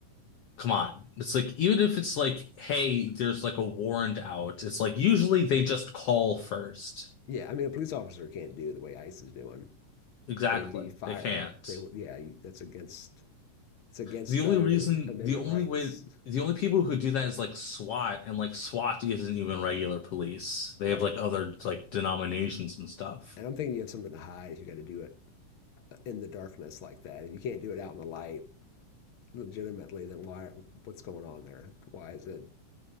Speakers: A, on the left (about 60°); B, on the left (about 85°).
A: come on. It's like even if it's like, hey, there's like a warrant out, it's like usually they just call first.
B: Yeah, I mean a police officer can't do the way ICE is doing.
A: Exactly.
B: They would be fired.
A: They can't.
B: They would yeah, you- that's against it's against
A: The only
B: uh, your
A: reason,
B: amendment
A: the only
B: rights.
A: way, the only people who do that is like SWAT, and like SWAT isn't even regular police. They
B: Right.
A: have like other like denominations and stuff.
B: And I'm thinking you have something to hide if you got to do it in the darkness like that. If you can't do it out in the light legitimately, then why what's going on there? Why is it